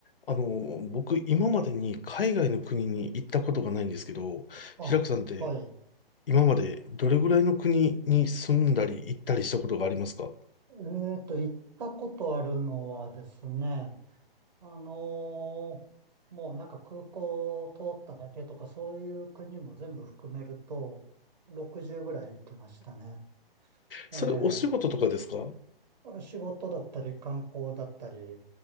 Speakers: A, on the left; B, on the right.
A: あの、僕、今までに海外の国に行ったことがないんですけど、
B: あ、
A: 平久さんって、
B: はい。
A: 今までどれぐらいの国に住んだり行ったりしたことがありますか
B: えっと、行ったことあるのはですね、あのーもうなんか空港を通っただけとか、そういう国も全部含めると、60ぐらい行きましたね。
A: それお仕事とかですか
B: ええ、仕事だったり観光だったり、